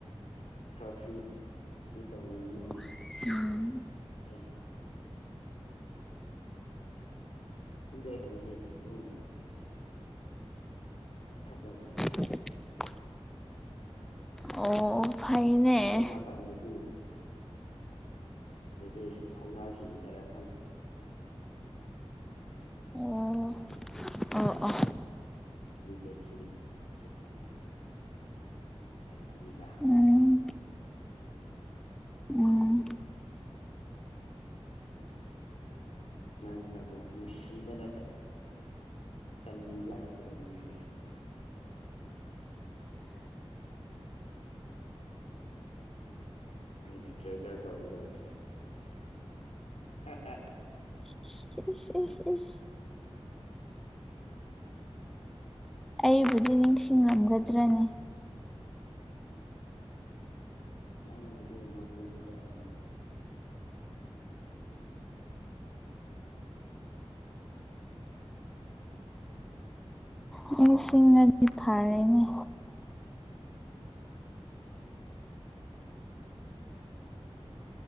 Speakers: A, on the left; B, in the centre.
A: ꯈꯔ ꯐ꯭ꯔꯤ <unintelligible> ꯇꯧꯔꯤꯅꯤꯅꯦ
B: <unintelligible> ꯎꯝ
A: ꯑꯦ <unintelligible> ꯊꯛꯄ ꯑꯣꯏꯔꯅꯤ
B: <unintelligible> ꯑꯣ ꯐꯩꯅꯦ
A: ꯑꯗꯨ ꯃꯇꯝꯗꯗꯤ ꯑꯗꯨꯗꯤ ꯐꯥꯎꯅꯥꯈꯤꯗꯔ ꯈꯪ
B: ꯑꯣ ꯑꯣ ꯑꯣ
A: <unintelligible>
B: ꯎꯝ ꯎꯝ
A: ꯅꯪꯅꯕꯨ ꯅꯨꯡꯁꯤꯗꯅ ꯇꯟꯕꯤꯗꯔꯛꯄꯗꯣ ꯅꯨꯡꯉꯥꯏꯔꯦ <unintelligible> ꯑꯩꯅ ꯇ꯭ꯔꯦꯖꯔ ꯇꯧꯒꯗꯧꯔꯤꯁꯦ <unintelligible>
B: <inaudible> ꯏꯁ ꯏꯁ ꯏꯁ ꯑꯩꯕꯨꯗꯤ ꯅꯤꯡꯁꯤꯡꯉꯝꯒꯗ꯭ꯔꯅꯦ
A: ꯅꯪꯕꯨꯗꯤ ꯉꯝꯒꯅꯤꯗ ꯑꯗꯨꯝ
B: <unintelligible> ꯊꯥꯔꯦꯅꯦ